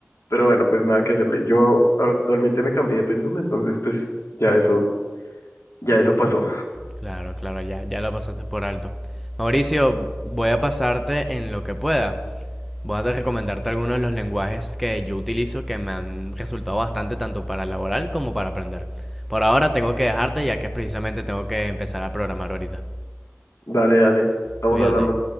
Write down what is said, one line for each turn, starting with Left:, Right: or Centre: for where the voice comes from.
Left: Pero bueno, pues nada que hacerle. Yo actualmente me cambié de pensum, entonces pues ya eso, ya eso pasó.
Centre: Claro, claro, ya, ya lo pasaste por alto. Mauricio, voy a pasarte en lo que pueda. Voy a recomendarte algunos de los lenguajes que yo utilizo que me han resultado bastante tanto para laboral como para aprender. Por ahora tengo que dejarte ya que precisamente tengo que empezar a programar ahorita.
Left: Dale, dale, estamos
Centre: Cuídate.
Left: hablando.